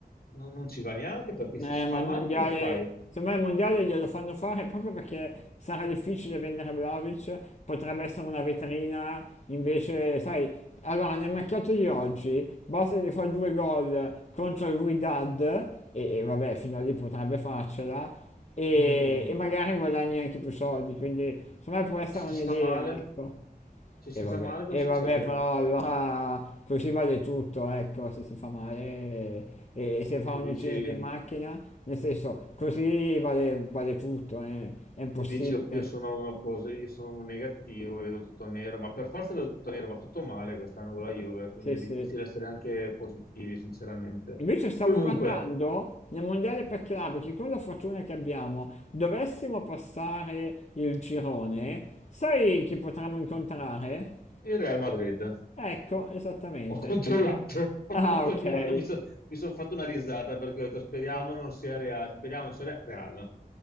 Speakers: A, on the left; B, on the left.
A: non, non ci va neanche perché
B: Eh,
A: se si
B: ma
A: fa
B: il
A: male
B: mondiale,
A: come fai?
B: secondo me il mondiale glielo fanno fare proprio perché sarà difficile vendere Vlahovic, potrebbe essere una vetrina, invece, sai, allora nel mercato di oggi basta gli fa due gol contro il Wydad e, e vabbè, fino a lì potrebbe farcela. E,
A: Mhm.
B: e magari guadagni anche più soldi, quindi secondo me può essere
A: Se
B: un'idea,
A: si fa male,
B: ecco.
A: se
B: E
A: si
B: vabbè,
A: fa male cosa
B: e vabbè,
A: succede?
B: però allora così vale tutto, ecco, se si fa male e, e se fa
A: Tu
B: un
A: dici,
B: incidente in macchina, nel senso, così vale, vale tutto, eh, È impossibile.
A: tu dici "Oh, io sono una pos- io sono un negativo, vedo tutto nero, ma per forza vedo tutto nero, ma tutto male quest'anno con la Juve, quindi
B: Sì,
A: è
B: sì.
A: difficile essere anche positivi, sinceramente.
B: Invece stavo
A: Comunque,
B: guardando nel mondiale per club, che con la fortuna che abbiamo, dovessimo passare il girone, sai chi potremmo incontrare?
A: il Real Madrid.
B: Ecco, esattamente.
A: Ho controllato, <laughs> ho
B: Ah,
A: controllato,
B: ok.
A: mi sono fatto una risata perché ho detto speriamo non sia reale, speriamo non sia re- reale.